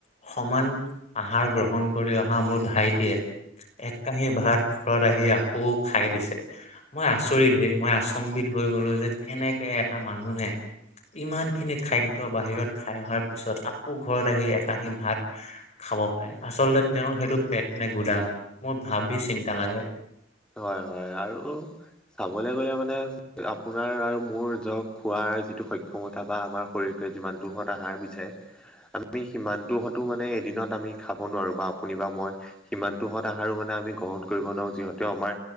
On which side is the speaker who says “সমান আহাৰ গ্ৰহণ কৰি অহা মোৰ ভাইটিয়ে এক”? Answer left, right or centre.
Left